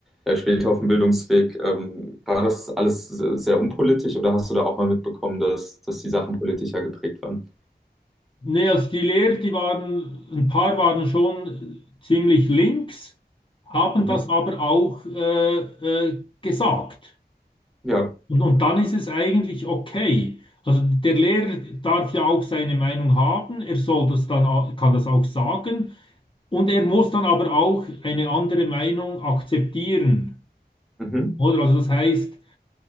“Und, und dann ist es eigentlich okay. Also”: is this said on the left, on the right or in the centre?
Left